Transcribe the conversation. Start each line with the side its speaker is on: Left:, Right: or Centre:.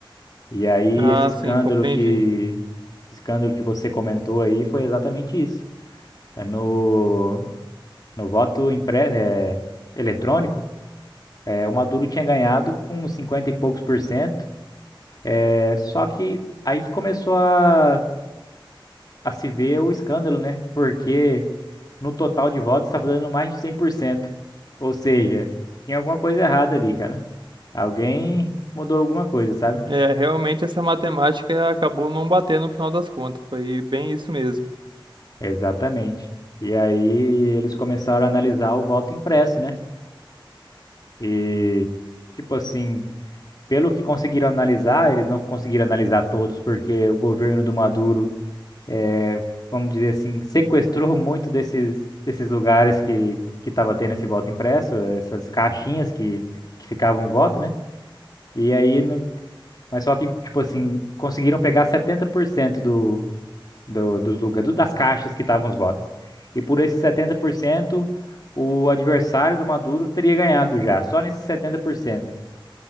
Left: E aí
Right: Ah,
Left: esse escândalo
Right: sim, compreendi.
Left: que esse escândalo que você comentou aí foi exatamente isso. É no no voto impre, é, eletrônico, é, o Maduro tinha ganhado com 50 e poucos por cento. É, só que aí que começou a, a se ver o escândalo, né? Porque no total de votos estava dando mais de 100%. Ou seja, tinha alguma coisa errada ali, cara. Alguém mudou alguma coisa, sabe?
Right: É, é, realmente essa matemática acabou não batendo no final das contas. Foi bem isso mesmo.
Left: Exatamente. E aí eles começaram a analisar o voto impresso, né? E, tipo assim, pelo que conseguiram analisar, eles não conseguiram analisar todos, porque o governo do Maduro, eh, vamos dizer assim, sequestrou muito desses, desses lugares que que estava tendo esse voto impresso, essas caixinhas que, que ficavam o voto, né? E aí, no- mas só que, tipo assim, conseguiram pegar setenta por cento do do- dos lugares, do- das caixas que estavam os votos. E por esses 70% o adversário do Maduro teria ganhado já, só nesses setenta por cento